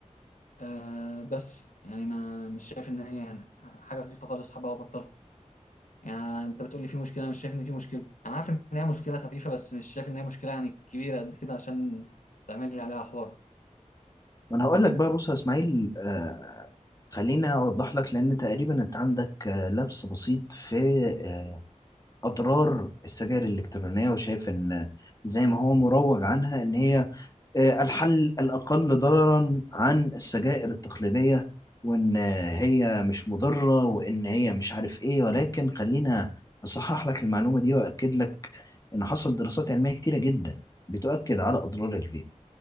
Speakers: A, on the left; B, on the left.
A: آه، بس يعني ما مش شايف ان هي يعني حاجه خفيفه خالص حابه ابطلها يعني انت بتقول لي في مشكله أنا مش شايف ان في مشكله انا عارف ان هي مشكله خفيفه بس مش شايف ان هي مشكله يعني كبيره قد كده عشان تعمل لي عليها حوار
B: وانا هقول لك بقى بص يا اسماعيل آه، خليني اوضح لك لان تقريبا انت عندك آه، لبس بسيط في آه، اضرار السجائر الالكترونيه وشايف ان زي ما هو مروج عنها ان هي آه، الحل الأقل ضررا عن السجائر التقليدية وإن آه، هي مش مضرة وإن هي مش عارف إيه ولكن خلينا أصحح لك المعلومة دي وأكد لك إن حصل دراسات علمية كتيرة جدا بتؤكد على أضرار الفيب